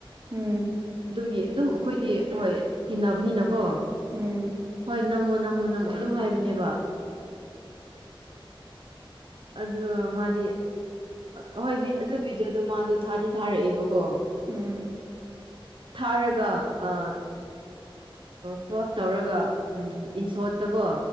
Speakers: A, on the right; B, on the right.
A: ꯎꯝ
B: ꯑꯗꯨꯒꯤ ꯑꯗꯨꯝ ꯑꯩꯈꯣꯏꯗꯤ ꯍꯣꯏ ꯇꯤꯟꯅꯕꯅꯤꯅꯀꯣ
A: ꯎꯝ
B: ꯍꯣꯏ ꯅꯝꯃꯣ ꯅꯝꯃꯣ ꯅꯝꯃꯣ ꯑꯗꯨꯝ ꯍꯥꯏꯕꯅꯦꯕ
A: <inaudible>
B: ꯑꯗ ꯃꯥꯗꯤ ꯑ ꯍꯣꯏ ꯑꯗꯨ ꯚꯤꯗꯤꯑꯣꯗꯣ ꯃꯥꯗꯣ ꯊꯥꯗꯤ ꯊꯥꯔꯛꯑꯦꯕꯀꯣ
A: ꯎꯝ
B: ꯊꯥꯔꯒ ꯑ ꯀ꯭ꯔꯣꯐ ꯇꯧꯔꯒ ꯎꯝ ꯏꯟꯁꯣꯠꯇꯀꯣ